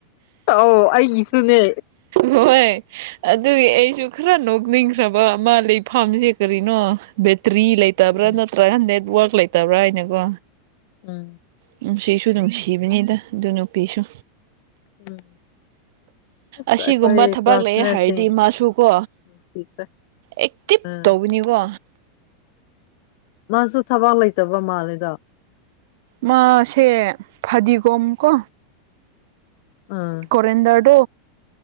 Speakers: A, on the left; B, on the right.
A: ꯑꯥꯎ ꯑꯩꯒꯤꯁꯨꯅꯦ
B: ꯍꯣꯏ ꯑꯗꯨꯒꯤ ꯑꯩꯁꯨ ꯈꯔ ꯅꯣꯛꯅꯤꯡꯈ꯭ꯔꯕ ꯑꯃ ꯂꯩꯐꯝꯁꯦ ꯀꯔꯤꯅꯣ ꯕꯦꯇ꯭ꯔꯤ ꯂꯩ ꯇꯕ꯭ꯔꯥ
A: ꯎꯝ
B: ꯅꯠꯇ꯭ꯔꯒ ꯅꯦꯠꯋꯥꯛ ꯂꯩꯇꯕ꯭ꯔꯥ ꯍꯥꯏꯅꯀꯣ
A: ꯎꯝ
B: ꯅꯨꯡꯁꯤꯁꯨ ꯅꯨꯡꯁꯤꯕꯅꯤꯗ ꯑꯗꯨ ꯅꯨꯄꯤꯁꯨ
A: ꯎꯝ ꯑꯁ
B: ꯑꯁꯤꯒꯨꯝꯕ
A: ꯑꯩꯈꯣꯏ
B: ꯊꯕꯛ
A: ꯀ꯭ꯂꯥꯁꯃꯦꯠꯁꯤꯡ
B: ꯂꯩꯌꯦ ꯍꯥꯏꯔꯗꯤ ꯃꯥꯁꯨꯀꯣ
A: ꯅꯨꯡꯁꯤꯈ꯭ꯔꯦ
B: ꯑꯦꯛꯇꯤꯞ
A: ꯎꯝ
B: ꯇꯧꯕꯅꯤꯀꯣ
A: ꯃꯥꯁꯨ ꯊꯕꯥꯛ ꯂꯩꯇꯕ ꯃꯥꯜꯂꯤꯗ
B: ꯃꯥꯁꯦ ꯐꯗꯤꯒꯣꯝ ꯀꯣ
A: ꯑꯝ
B: ꯐꯣꯔꯦꯟꯗ꯭ꯔꯗꯣ